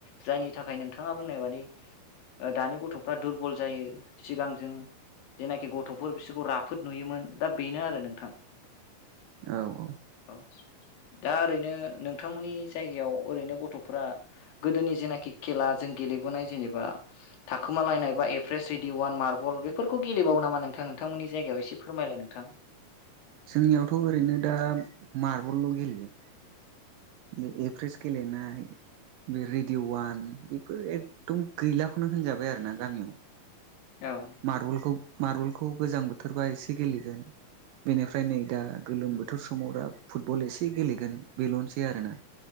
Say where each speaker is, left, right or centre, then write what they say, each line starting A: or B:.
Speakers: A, on the left; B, on the right.
A: जायनि थाखाय नोंथाङा बुंनाय बादि दानि गथ'फ्रा दुरबल जायो सिगां जों जायनाखि गथ'फोर बिसोरखौ राफोद नुयोमोन दा बेनो आरो नोंथां।
B: औ औ
A: औ दा ओरैनो नोंथांमोननि जायगायाव ओरैनो गथ'फ्रा गोदोनि जेनाखि खेला जों गेलेबोनाय जेनेबा थाखोमालायनाय बा एभारेस रेडिअवान मार्बल बेफोरखौ गेलेबावो नामा नोंथां? नोंथां नोंथांमोननि जायगायाव एसे फोरमायलाय नोंथां
B: जोंनियावथ' ओरैनो दा मार्बलल' गेलेयो बे एभ्रेस गेलेनाय बे रेडिअ' वान बेफोर एकदम गैलाखौनो होनजाबाय आरोना गामियाव
A: औ
B: मार्बलखौ मार्बलखौ गोजां बोथोरबा एसे गेलेयो बेनिफ्राय नै दा गोलोम बोथोर समाव दा फुटबल एसे गेलेगोन बेल'नोसै आरोना।